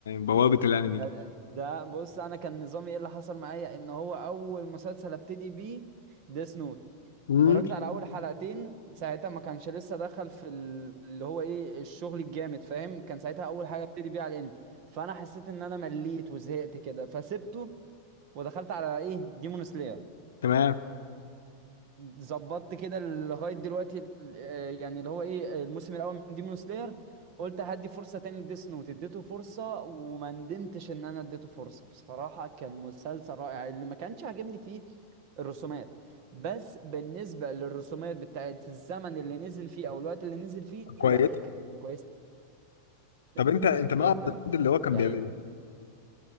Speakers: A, on the left; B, on the right.
A: بوابة الانمي
B: ده ده ده- بص انا كان نظامي ايه اللي حصل معايا ان هو اول مسلسل ابتدي بيه ديث نوت
A: امم
B: اتفرجت على اول حلقتين ساعتها ما كانش لسه دخل في ال- اللي هو ايه الشغل الجامد فاهم كان ساعتها اول حاجه ابتدي بيها على الانمي فانا حسيت ان انا مليت وزهقت كده فسبته ودخلت على ايه ديمون سلاير
A: تمام
B: ظبطت كده لغايه دلوقتي ال- آه، يعني اللي هو ايه الموسم الاول من ديمون سلاير قلت هدي فرصه تاني لديس نوت اديته فرصه وما ندمتش ان انا اديته فرصه بصراحه كان مسلسل رائع اللي ما كانش عاجبني فيه الرسومات بس بالنسبة للرسومات بتاعت الزمن اللي نزل فيه او الوقت اللي نزل فيه لا
A: كويس
B: هي كانت كويسة جدا
A: طب انت انت
B: جدا
A: مع الرد اللي هو كان
B: يعني
A: بيعمله